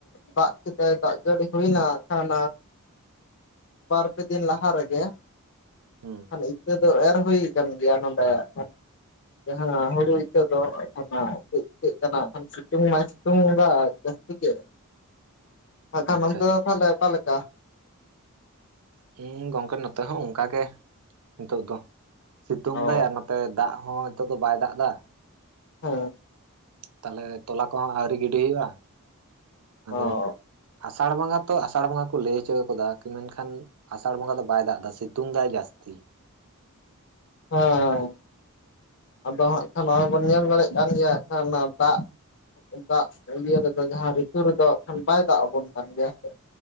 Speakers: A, on the left; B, on the right.
A: ᱫᱟᱜ ᱠᱮᱫᱟᱭ ᱫᱟᱜ ᱡᱟᱹᱲᱤ ᱦᱩᱭ ᱮᱱᱟ ᱟᱠᱷᱟᱱ..... ᱵᱟᱨ ᱯᱮ ᱫᱤᱱ ᱞᱟᱦᱟ ᱨᱮ ᱜᱮ
B: ᱦᱩᱸ
A: <unintelligible> ᱤᱛᱟᱹ ᱫᱚ ᱮᱨ ᱦᱩᱭ ᱟᱠᱟᱱ ᱜᱮᱭᱟ ᱱᱚᱸᱰᱮ ᱟᱠᱷᱟᱱ ᱡᱟᱦᱟᱸ ᱦᱩᱲᱩ ᱤᱛᱟᱹ ᱫᱚ ᱚᱱᱟ ᱪᱮᱫ ᱪᱤᱠᱟ. ᱜ ᱠᱟᱱᱟ ᱟᱠᱷᱟᱱ ᱥᱤᱛᱩᱝ ᱢᱟᱭ ᱥᱤᱛᱩᱝ ᱮᱫᱟ ᱡᱟᱥᱛᱤ ᱜᱮ
B: <inaudible>
A: ᱟᱠᱷᱟᱱ
B: ᱟᱪᱪᱷᱟ
A: ᱚᱱᱛᱮ
B: ᱟᱪᱪᱷᱟ
A: ᱫᱚ ᱛᱟᱦᱮᱞᱮ ᱚᱠᱟ ᱞᱮᱠᱟ
B: ᱦᱩᱸ ᱜᱚᱝᱠᱮ ᱱᱚᱛᱮ ᱦᱚᱸ ᱚᱱᱠᱟ ᱜᱮ ᱱᱤᱛᱚᱜ ᱫᱚ ᱥᱤᱛᱩᱝ
A: ᱚ
B: ᱫᱟᱭ ᱱᱚᱛᱮ ᱫᱟᱜ ᱦᱚᱸ ᱱᱤᱛᱚᱜ ᱫᱚ ᱵᱟᱭ ᱫᱟᱜ ᱮᱫᱟ
A: ᱦᱩᱸ
B: ᱛᱟᱦᱚᱞᱮ ᱛᱚᱞᱟ ᱠᱚᱦᱚᱸ ᱟᱹᱣᱨᱤ ᱜᱤᱰᱤ ᱦᱩᱭᱩᱜᱼᱟ ᱟᱫᱚ
A: ᱚ
B: ᱟᱥᱟᱲ ᱵᱚᱸᱜᱟ ᱛᱚ ᱟᱥᱟᱲ ᱵᱚᱸᱜᱟ ᱠᱚ ᱞᱟᱹᱭ ᱦᱚᱪᱚ ᱟᱠᱟᱫᱟ ᱢᱮᱱᱠᱷᱟᱱ ᱟᱥᱟᱲ ᱵᱚᱸᱜᱟ ᱫᱚ ᱵᱟᱭ ᱫᱟᱜ ᱮᱫᱟ ᱥᱤᱛᱩᱝ ᱮᱫᱟᱭ ᱡᱟᱹᱥᱛᱤ
A: ᱦᱚᱭ ᱟᱫᱚ ᱦᱟᱸᱜ ᱠᱷᱟᱱ ᱱᱚᱜᱼᱚᱭ ᱵᱚᱱ ᱧᱮᱞ ᱫᱟᱲᱮᱭᱟᱜ ᱠᱟᱱ ᱜᱮᱭᱟ ᱦᱟᱸᱜ ᱟᱠᱷᱟᱱ ᱫᱟᱜ ᱫᱟᱜ ᱤᱭᱟᱹ ᱨᱮ ᱫᱚ ᱡᱟᱦᱟ ᱨᱤᱛᱩ ᱨᱮᱫᱚ ᱦᱟᱸᱜ ᱠᱷᱟᱱ ᱵᱟᱭ ᱫᱟᱜ ᱟᱵᱚᱱ ᱠᱟᱱ ᱜᱮᱭᱟ ᱥᱮ